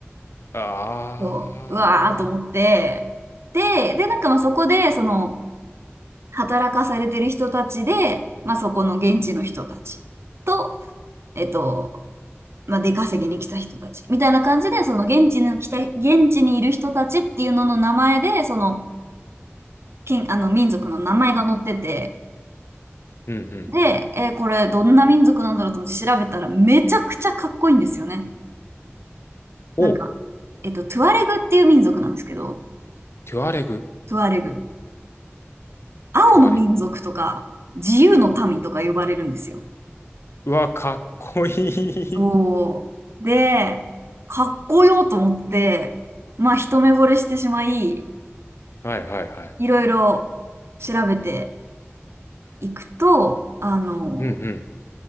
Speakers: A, on the left (about 65°); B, on the right (about 65°).
A: あー。
B: そう、うわーと思って、で、で、なんかまあそこで、その、働かされてる人たちで、まあそこの現地の人たちと、えっと、まあ出稼ぎに来た人たち、みたいな感じで、その現地に来た、現地にいる人たちっていうのの名前で、その、けん、あの民族の名前が載ってて、
A: うんうんうん。
B: で、えーこれどんな民族なんだろうと思って調べたらめちゃくちゃかっこいいんですよね。
A: おう、
B: なんか、えっと、トゥアレグっていう民族なんですけど、
A: テュアレグ、
B: トゥアレグ。青の民族とか、
A: テュアレグ。
B: 自由の民とか呼ばれるんですよ。
A: うわ、かっこいい。
B: そう。で、かっこよと思って、まあ、一目惚れしてしまい、
A: はいはいはい。
B: いろいろ調べていくと、あの、
A: うんうん。